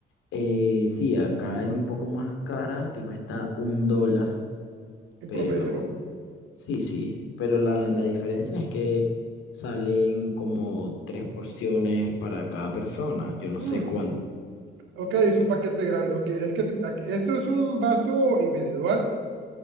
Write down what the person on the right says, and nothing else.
en
promedio, ¿no?
Mm,
ok, es un paquete grande. Ok, es que aquí- esto es un vaso individual,